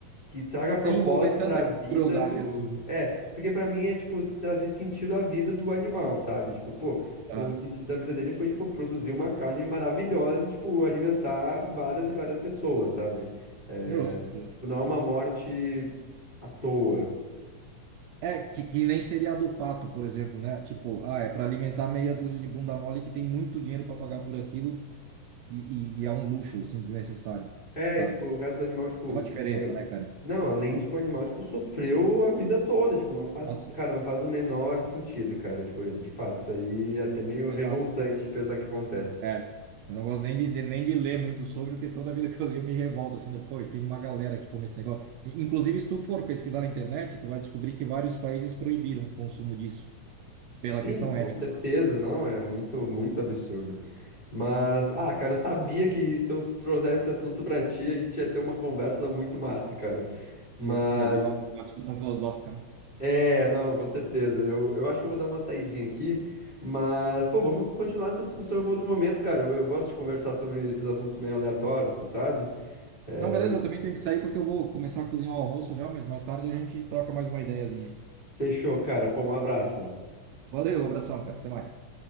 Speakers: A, on the left; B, on the right.
A: que traga propósito
B: Sem envolver tanta
A: pra vida
B: crueldade
A: do...
B: assim, né?
A: É, porque pra mim é, tipo, trazer sentido à vida do animal, sabe? Tipo, pô, o
B: Aham.
A: sentido da vida dele foi, tipo, produzir uma carne maravilhosa e, tipo, alimentar várias e várias pessoas, sabe? É,
B: Justo, justo.
A: tipo, não é uma morte à toa.
B: É, que, que nem seria a do pato, por exemplo, né? Tipo, ah, é para alimentar meia dúzia de bunda mole que tem muito dinheiro para pagar por aquilo e, e- e é um luxo, assim, desnecessário,
A: É,
B: sabe?
A: e, tipo, o resto do animal, tipo.
B: É uma diferença,
A: Aí eu...
B: né, cara?
A: Não, além de que o animal, tipo, sofreu a vida toda. Tipo, não faz.
B: Nossa,
A: Cara, não faz o menor sentido, cara. Tipo, de fato, isso aí é até meio revoltante
B: exato.
A: de pensar que acontece.
B: É, eu não gosto nem de, de- nem de ler muito sobre, porque toda vida que eu leio eu me revolto, assim, de, pô, e tem uma galera que come esse negócio. E, Inclusive, se tu for pesquisar na internet, tu vai descobrir que vários países proibiram o consumo disso, pela
A: Sim,
B: questão
A: com
B: ética,
A: certeza,
B: sabe?
A: não, é muito, muito absurdo. Mas, ah, cara, eu sabia que se eu trouxesse esse assunto pra ti, a gente ia ter uma conversa muito massa, cara. Mas
B: Ia, ia virar uma discussão filosófica, né?
A: É, não, com certeza. Eu, eu acho que eu vou dar uma saidinha aqui, mas, pô, vamos continuar essa discussão em algum outro momento, cara. Eu, eu gosto de conversar sobre esses assuntos meio aleatórios, tu sabe? É,
B: Então, beleza, eu também tenho que sair porque eu vou começar a cozinhar o almoço já, mas mais tarde a gente troca mais uma ideiazinha aí.
A: fechou, cara. Pô, um abraço.
B: Valeu, abração, cara, até mais.